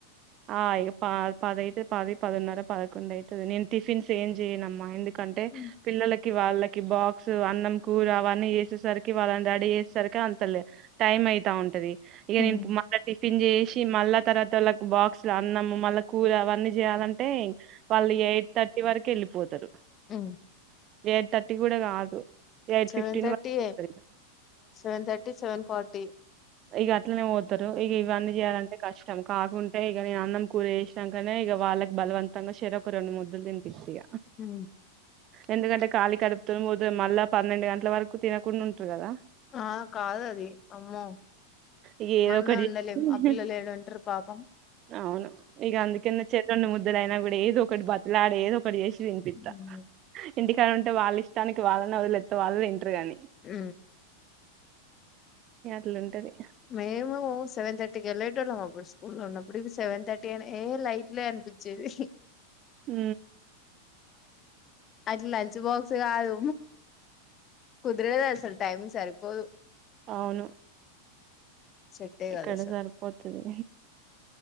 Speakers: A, on the right; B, on the left.
A: ఆ ఇ పా పధైతాది పది పదిన్నర పదకొండ ఐత్ ది నేను టిఫిన్స్ ఏం జేయనమ్మా ఎందుకంటే
B: ఉమ్
A: పిల్లల్కి కి వాళ్ళకి బాక్సు అన్నం కూర అవన్నీ జెసేసర్కి వాళ్ళ రెడీ జేసేసర్కి అంత లే టైమ్ మైతావుంటది ఇగా
B: ఉమ్
A: నేను మళ్ళా టిఫిన్ జేసి మళ్ళా తర్వాత్ వొళ్ళక్ బాక్సుల అన్నము మళ్ళా కూర అవన్నీ జేయాలంటే వాళ్ళు ఎయిట్ థర్టీ వరక్ వెళ్ళి పోతారు
B: ఉ
A: ఎయిట్ థర్టీ కూడా కాదు ఎయిట్
B: సెవెన్
A: ఫిఫ్టీన్
B: థర్టీ
A: వరకు పోతారు ఇగ
B: సెవెన్ థర్టీ సెవెన్ ఫార్టీ
A: ఇక అట్లనే పోతారు ఇక ఇవన్నీ చేయాలంటే కష్టం కాకుండా ఇక నేను అన్నం కూర చేసికనే ఇక వాళ్ళకి బలవంతంగా షర ఒక రెండు ముద్దులు తినిపిచక
B: హ
A: ఎందుకంటే కాలీ కడుపుత పోద్దు మళ్ళా పన్నెండు గంటల వరకు తినకుండా ఉంటారు కదా
B: ఆ కాదు అది ఆమ్మో
A: ఇగ ఏదో
B: మనమే
A: ఒకటి
B: ఉండలేం
A: చేసి
B: ఆ పిల్లలు ఏడు ఉంటారు పాపం
A: అవును ఇక అందుకన్న చెరుు ముదులైనా కూడా ఏదో ఒకటి బట్టలాడే ఏదో ఇప్పుడు చేసి వినిపిస్తా
B: ఉమ్
A: ఇంటికాని ఉంటే వాళ్ళ ఇష్టానికి వాళ్ళని వదిలేెస్త వాళ్ళ ఇంటరు కాని
B: ఉ
A: అట్లుంటది
B: మేము సెవెన్ థర్టీ కి వెలేతోలం అప్పుడు స్కూ లో ఉ అప్పుడు సవన్ తర్టీ అ ఏ లైట్ పనిపించేది
A: హు
B: అట్ లంచ్ బాక్స్ కాదు కుదరదు ఆసలు టైమ్ సరిపోదు
A: అవును
B: సెట్టే
A: ఇక్కడ
B: కాదు అసలు
A: సరిపోతుది